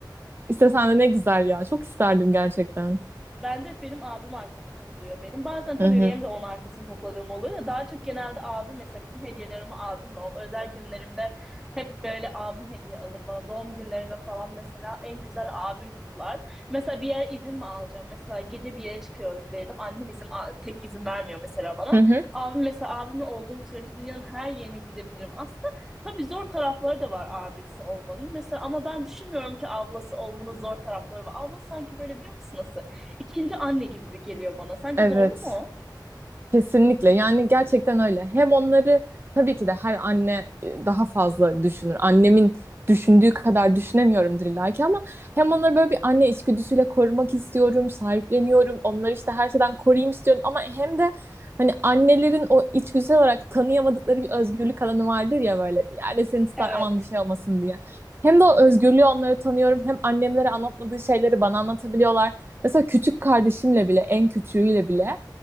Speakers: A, on the right; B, in the centre.
A: işte sen de ne güzel ya. Çok isterdim gerçekten.
B: Ben de hep benim abim arkamı topluyor benim. Bazen tabii
A: Hı hı.
B: benim de onun arkasını topladığım oluyor da daha çok genelde abim mesela bütün hediyelerimi abimle ol. Özel günlerimde hep böyle abim hediye alır bana. Doğum günlerinde falan mesela en güzel abim kutlar. Mesela bir yere izin mi alacağım? Mesela gece bir yere çıkıyoruz diyelim. Annem izin a- tek izin vermiyor mesela bana.
A: Hı hı.
B: Abim mesela abimle olduğum sürece dünyanın her yerine gidebilirim. Aslında tabii zor tarafları da var abisi olmanın. Mesela ama ben düşünmüyorum ki ablası olmanın zor tarafları var. Abla sanki böyle biliyor musun nasıl? ikinci anne gibi geliyor bana. Sence
A: Evet.
B: doğru mu?
A: Kesinlikle yani gerçekten öyle. Hem onları tabii ki de her anne e, daha fazla düşünür. Annemin düşündüğü kadar düşünemiyorumdur illa ki ama hem onları böyle bir anne içgüdüsüyle korumak istiyorum, sahipleniyorum. Onları işte her şeyden koruyayım istiyorum ama hem de hani annelerin o içgüdüsel olarak tanıyamadıkları bir özgürlük alanı vardır ya böyle bir yerde seni tutar
B: Evet.
A: aman bir şey olmasın diye. Hem de o özgürlüğü onlara tanıyorum. Hem annemlere anlatmadığı şeyleri bana anlatabiliyorlar. Mesela küçük kardeşimle bile, en küçüğüyle bile